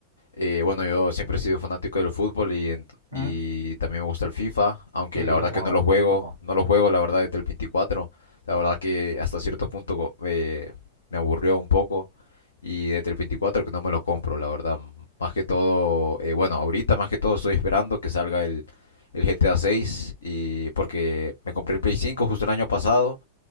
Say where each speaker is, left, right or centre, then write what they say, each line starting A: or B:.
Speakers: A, on the left; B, on the left.
A: Eh, bueno, yo siempre he sido fanático del fútbol y, en-
B: Mm.
A: y también me gusta el FIFA, aunque
B: Sí,
A: la verdad
B: yo jugaba.
A: que no lo juego,
B: yo jugaba.
A: no lo juego la verdad desde el 24. La verdad que hasta cierto punto eh, me aburrió un poco y desde el 24 que no me lo compro, la verdad. Más que todo, eh, bueno, ahorita más que todo estoy esperando que salga el, el GTA 6 y porque me compré el Play 5 justo el año pasado